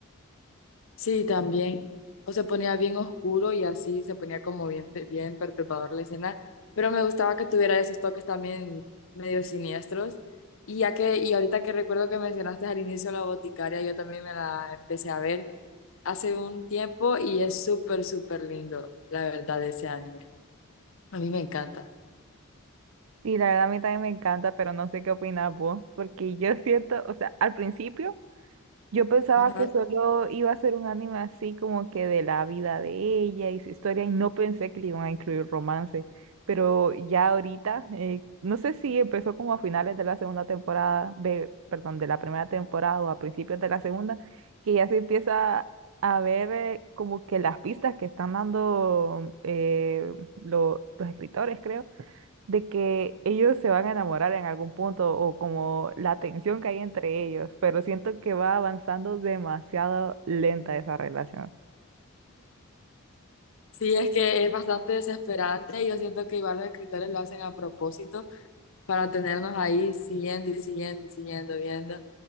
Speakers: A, on the left; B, on the right.
A: Sí, también. O se ponía bien oscuro y así se ponía como bien, bien perturbador la escena. Pero me gustaba que tuviera esos toques también medio siniestros. Y ya que, y ahorita que recuerdo que mencionaste al inicio la boticaria, yo también me la empecé a ver hace un tiempo y es súper, súper lindo, la verdad, ese anime. A mí me encanta.
B: Sí, la verdad a mí también me encanta, pero no sé qué opinas vos, porque yo siento, o sea, al principio... Yo pensaba
A: Ajá.
B: que solo iba a ser un anime así como que de la vida de ella y su historia y no pensé que le iban a incluir romance, pero ya ahorita, eh, no sé si empezó como a finales de la segunda temporada, de, perdón, de la primera temporada o a principios de la segunda, que ya se empieza a ver eh, como que las pistas que están dando eh, lo- los escritores, creo de que ellos se van a enamorar en algún punto o como la tensión que hay entre ellos, pero siento que va avanzando demasiado lenta esa relación.
A: Sí, es que es bastante desesperante y yo siento que igual los escritores lo hacen a propósito para tenernos ahí siguiendo y siguiendo y siguiendo viendo.